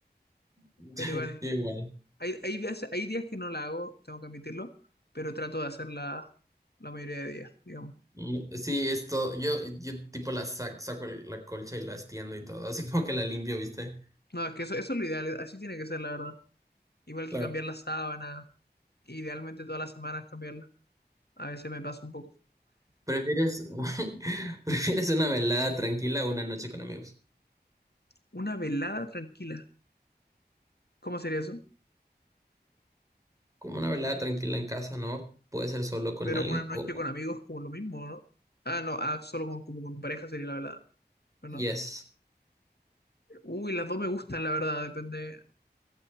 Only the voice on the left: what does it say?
Pero igual,
hay, hay, veces- hay días que no la hago, tengo que admitirlo, pero trato de hacerla la mayoría de días, digamos.
No, es que eso, eso es lo ideal, así tiene que ser, la verdad. Igual
que cambiar la sábana, idealmente todas las semanas cambiarla. A veces me pasa un poco.
Una velada tranquila, ¿cómo sería eso?
Pero
una noche
con amigos como lo mismo, ¿no? Ah, no, ah, solo con, como con tu pareja sería la velada, ¿verdad?
Uy, las dos me gustan, la verdad, depende.